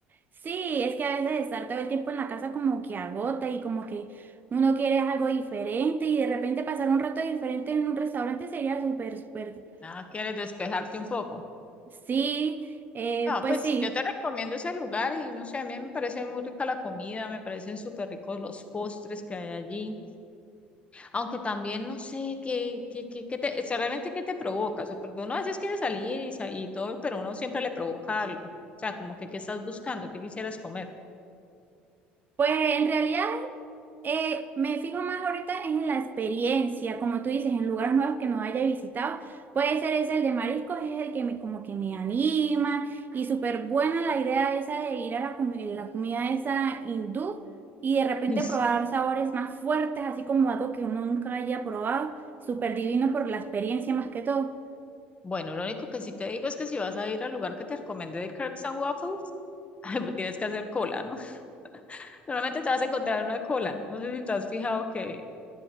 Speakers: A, on the right; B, on the left.
A: Sí, es que a veces estar todo el tiempo en la casa como que agota y como que uno quiere algo diferente y de repente pasar un rato diferente en un restaurante sería súper, súper,
B: Ah, ¿quieres despejarte un poco?
A: sí, eh,
B: No,
A: pues
B: pues
A: sí,
B: yo te recomiendo ese lugar y no sé, a mí me parece muy rica la comida, me parecen súper ricos los postres que hay allí, aunque también no sé qué, qué, qué, qué te, o sea, realmente qué te provoca, o sea, porque uno a veces quiere salir y, sa- y todo, pero uno siempre le provoca algo, o sea, como que qué estás buscando, qué quisieras comer.
A: pues en realidad Eh, me fijo más ahorita en la experiencia, como tú dices, en lugares nuevos que no haya visitado. Puede ser ese el de mariscos, es el que me como que me anima y súper buena la idea esa de ir a la, comi- eh, la comida esa hindú y de repente
B: <laughs> Ay, sí.
A: probar sabores más fuertes, así como algo que uno nunca haya probado. Súper divino por la experiencia más que todo.
B: Bueno, lo único que sí te digo es que si vas a ir al lugar que te recomendé de Crepes and Waffles, <laughs> pues tienes que hacer cola, ¿no? Normalmente te vas a encontrar una cola, no sé si te has fijado que